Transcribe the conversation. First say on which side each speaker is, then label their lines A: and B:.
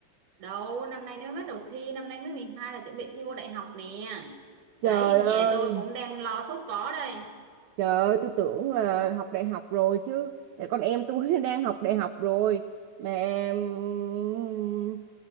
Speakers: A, on the right; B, on the right.
A: Đâu, năm nay nó bắt đầu thi, năm nay mới 12 là chuẩn bị thi vô đại học nè.
B: trời
A: Đấy,
B: ơi
A: nhà tôi cũng đang lo sốt vó đây.
B: Trời ơi, tôi tưởng là học đại học rồi chứ. Tại Con em tôi <laughs> đang học đại học rồi mà ừm,